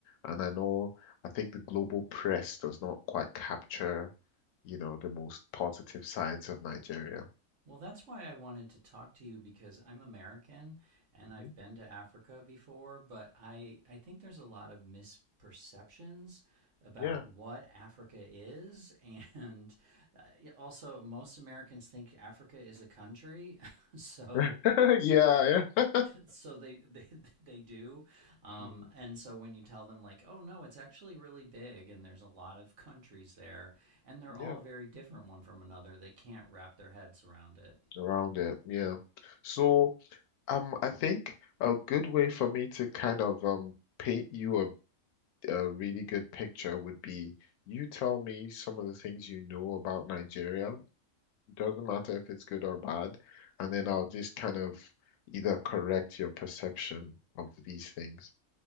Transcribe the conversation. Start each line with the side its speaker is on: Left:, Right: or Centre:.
Left: and I know I think the global press does not quite capture, you know, the most positive sides of Nigeria.
Right: Well, that's why I wanted to talk to you because I'm American and I've
Left: hmm
Right: been to Africa before, but I, I think there's a lot of misperceptions about
Left: Yeah,
Right: what Africa is. <laughs> And uh, also, most Americans think Africa is is a country, <laughs> so
Left: <laughs> yeah, yeah.
Right: so they they they do, um,
Left: Mm,
Right: and so when you tell them like, oh no, it's actually really big, and there's a lot of countries there, and they're
Left: Yeah,
Right: all very different one from another, they can't wrap their heads around it.
Left: around it. Yeah. So, um, I think a good way for me to kind of um paint you a a really good picture would be you tell me some of the things you know about Nigeria. Doesn't matter if it's good or bad, and then I'll just kind of either correct your perception of these things.